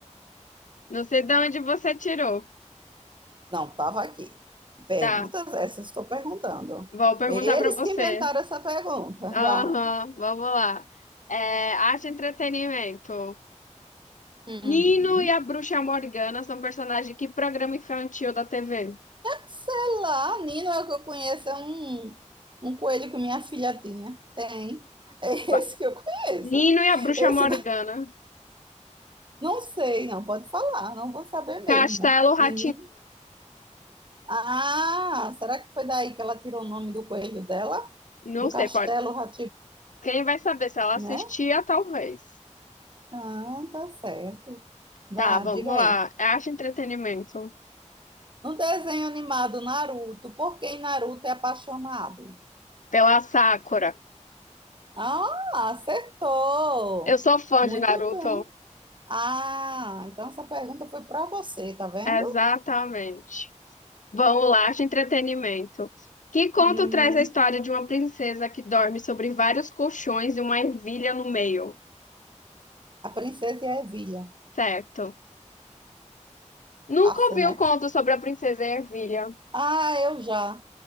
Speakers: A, on the left; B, on the right.
A: Não sei de onde você tirou.
B: Não, estava aqui. Perguntas
A: Tá,
B: essas estou perguntando.
A: vou perguntar
B: Eles
A: pra você.
B: que inventaram essa pergunta.
A: Aham,
B: Vá.
A: vamos lá. É, arte e entretenimento.
B: Hum,
A: Nino e a Bruxa Morgana são personagens de que programa infantil da TV?
B: sei lá, Nino é o que eu conheço, é um, um coelho que minha filha tinha. Tem. É
A: Ba-
B: esse que eu conheço.
A: Nino e a Bruxa
B: Esse
A: Morgana.
B: Não sei, não pode falar, não vou saber mesmo.
A: Castelo rá
B: Menina. Ah, será que foi daí que ela tirou o nome do coelho dela?
A: Não
B: Do Castelo
A: sei, pode.
B: rá
A: Quem vai saber se ela
B: né?
A: assistia, talvez.
B: Ah, tá certo. Vá,
A: Tá, vamos
B: diga aí.
A: lá. É Arte e entretenimento.
B: No desenho animado Naruto, por que Naruto é apaixonado?
A: Pela Sakura.
B: Ah, acertou.
A: Eu sou fã
B: Muito
A: de Naruto.
B: bem. Ah, então essa pergunta foi para você, tá vendo?
A: Exatamente. Vamos lá, arte e entretenimento. Que conto
B: Uhum.
A: traz a história de uma princesa que dorme sobre vários colchões e uma ervilha no meio?
B: A princesa e a ervilha.
A: Certo. Nunca
B: Fácil,
A: ouvi
B: né?
A: o conto sobre a princesa e a ervilha.
B: Ah, eu já.